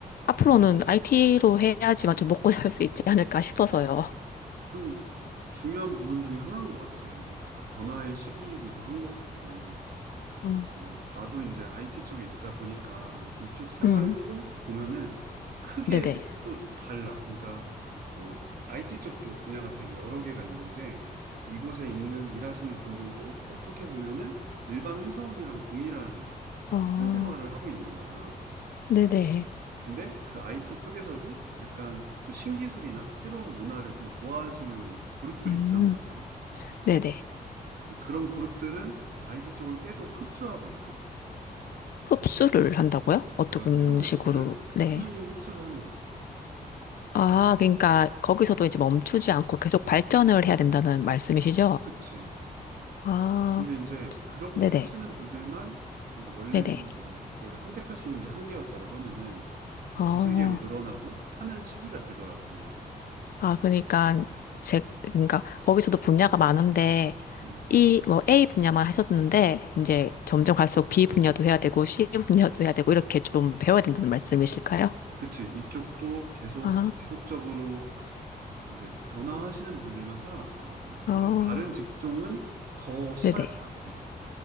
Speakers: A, on the left; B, on the right.
A: 앞으로는
B: 이거
A: IT로 해야지만 좀 먹고 살 수 있지 않을까 싶어서요.
B: 좀 중요한 부분 중에 하나인 것 같아. 이게 과- 변화의 시기이기도 한 것 같고.
A: 음,
B: 뭐, 나도 이제 IT 쪽에 있다 보니까 이쪽 음, 생활도
A: 음,
B: 보면은 크게
A: 네네.
B: 또 달라. 그러니까 뭐 IT 쪽도 분야가 되게 여러 개가 있는데 이곳에 있는 일하시는 분들도 어떻게 보면은 일반 회사원이랑 동일한
A: 어,
B: 회사 생활을 하고 있는 거야.
A: 네네.
B: 근데 그 IT 쪽에서도 약간 또 신기술이나 새로운 문화를 좀 좋아하시는 그룹들이
A: 음,
B: 있단 말이야.
A: 네네.
B: 그런 그룹들은 IT 쪽을 계속 흡수하고 있어.
A: 흡수를 한다고요? 어떤
B: 그러니까 새로운
A: 식으로?
B: 기술을 꾸준히
A: 네.
B: 흡수를 하는 거지.
A: 아, 그러니까 거기서도 이제 멈추지 않고 계속 발전을 해야 된다는 말씀이시죠?
B: 그치.
A: 아,
B: 근데 이제 그렇게
A: 네네.
B: 하시는 분들만 이게 원래는
A: 네네.
B: 뭐 내가 선택할 수 있는 게 한 개였다라고 하면은 이제
A: 어,
B: 두세 개로 늘어나고 하는 시기가 되더라고.
A: 아, 그러니까 제, 그러니까 거기서도 분야가 많은데
B: 음.
A: 이 뭐 A 분야만 하셨는데 이제 점점 갈수록 B 분야도 해야 되고 C 분야도 해야 되고 이렇게 좀 배워야 된다는 말씀이실까요?
B: 그치. 이쪽도 계속
A: 아,
B: 지속적으로 이제 변화하시는 분들만 살아남더라고. 근데
A: 어,
B: 다른 직종은 더 심할
A: 네네.
B: 것 같아.